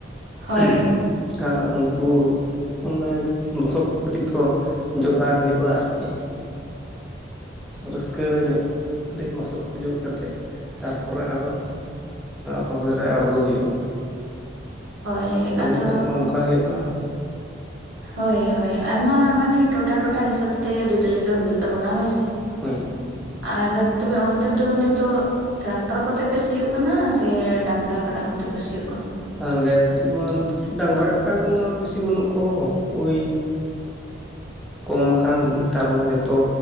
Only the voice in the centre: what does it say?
<unintelligible>
ᱩᱱᱠᱩ ᱚᱸᱰᱮ ᱞᱚᱥᱚᱫ ᱠᱟᱹᱴᱤᱡ ᱠᱚ ᱡᱚᱰᱟᱭ ᱦᱩᱭᱩᱜᱼᱟ ᱟᱨᱠᱤᱼᱼ ᱨᱟᱹᱥᱠᱟᱹ ᱧᱚᱜ ᱟᱹᱰᱤ ᱞᱚᱥᱚᱫ ᱠᱚ ᱡᱚᱜ ᱠᱟᱛᱮᱫ ᱛᱟᱨ ᱯᱚᱨᱮ ᱟᱫᱚᱼᱼ ᱨᱚᱦᱚᱭ ᱨᱮ ᱟᱲᱜᱳ ᱦᱩᱭᱩᱜᱼᱟ
ᱟᱞᱮ
ᱥᱮᱫ ᱢᱟ ᱚᱱᱠᱟ ᱦᱩᱭᱩᱜᱼᱟ᱾
ᱦᱳᱭ
ᱟᱞᱮ ᱥᱮᱫ ᱢᱟ ᱰᱟᱝᱨᱟ ᱠᱟᱲᱟ ᱠᱚᱢᱟ ᱵᱮᱥᱤ ᱵᱟᱹᱱᱩᱜ ᱠᱚ ᱳᱭ ᱠᱚᱢ ᱟᱠᱟᱱ ᱱᱮᱛᱟᱨ ᱢᱟ ᱡᱚᱛᱚ